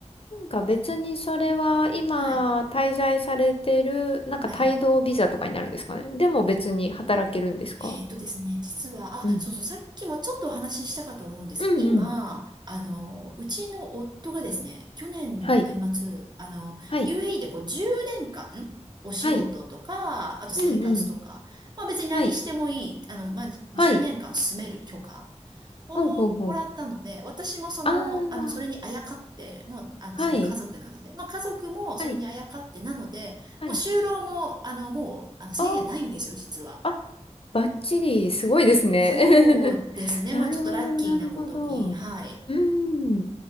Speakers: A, on the left; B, on the right.
A: なんか別にそれは今滞在されてる、
B: はい。
A: なんか帯同ビザとかになるんですかね。
B: はい。
A: でも別に働けるんですか
B: えーとですね、実は、あ、
A: うん。
B: そうそう、さっきもちょっとお話ししたかと思うんですけど、
A: うんうん。
B: 今、あの、うちの夫がですね、去年の年末、
A: はい。
B: あの、
A: はい。
B: UAE でこう10年間、お仕事とか、
A: はい。
B: あと生活とか、
A: うんうん。
B: まあ別に何してもいい、
A: はい。
B: あの、まあ10年間住める許可
A: はい。
B: をもらったので、
A: ほうほうほう。
B: 私もその、
A: ああ、
B: あの、それにあやかって、もう、あの、
A: はい。
B: その家族なので、まあ家族もそれにあやかってなので、
A: はい。はい。
B: もう就労も、あの、もう、あの、制限ないんですよ、
A: あ
B: 実は。
A: ああバッチリ、すごいですね。
B: そうですね。
A: <laughs> なるほど、
B: まあちょっとラッキーなことに、
A: なるほど。
B: はい。
A: うん。